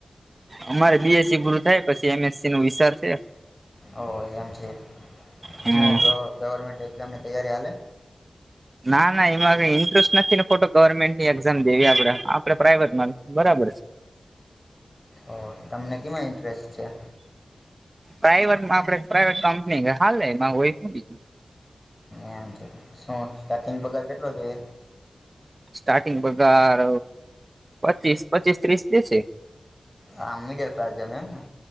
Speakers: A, on the right; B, on the left.
A: અમારે બી એસ સી પૂરું થાય પછી એ મએસ સી નો વિચાર સે.
B: ઓહ એમ છે.
A: હમ
B: હું ગ ગવર્મેન્ટ એક્ઝામની તૈયારી હાલે?
A: ના, ના એમાં હવે ઇન્ટરેસ્ટ નથી ને ખોટો ગવર્મેન્ટ ની એક્ઝામ દેવી આપણે. આપડે પ્રાઈવેટમાં બરાબર છી.
B: ઓહ, તો તમને કેમાં ઇન્ટરેસ્ટ છે?
A: પ્રાઈવેટમાં આપણેે પ્રાઈવેટ કંપની હાલે એમાં હોય હું બીજું.
B: એમ છે. શું સ્ટાર્ટિંગ પગાર કેટલો જોઈએ?
A: સ્ટાર્ટિંગ પગાર પચીસ-પચીસ ત્રીસ દે છે.
B: આમ મિડલ ક્લાસ જેમ એમ ને?